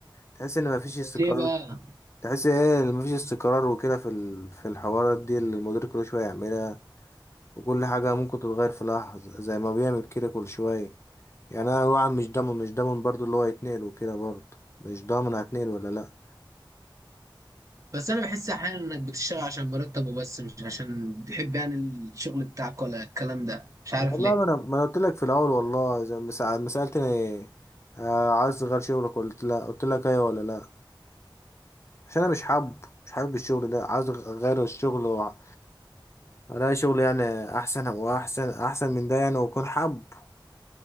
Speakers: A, on the left; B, on the right.
A: تحس ان مفيش استقرار
B: ليه بقى
A: تحس ايه مفيش استقرار وكده في ال- في الحوارات دي اللي المدير كل شوية يعملها وكل حاجة ممكن تتغير في لحظة زي ما بيعمل كده كل شوية يعني أنا الواحد مش ضامن مش ضامن برضو اللي هو يتنقل وكده برضو مش ضامن هتنقل ولا لأ
B: بس انا بحس احيانا انك بتشتغل عشان مرتبه بس مش عشان بتحب يعني الشغل بتاعك ولا الكلام ده مش عارف
A: والله
B: ليه
A: ما أنا ما أنا قلت لك في الأول والله زي ما سأل- ما سألتني آه، عايز تغير شغلك قلت لأ قلت لك أيوة ولا لأ عشان أنا مش حابب مش حابب الشغل ده عايز أغ- أغير الشغل وأ- ألاقي شغل يعني أحسن وأحسن أحسن من ده يعني وأكون حابب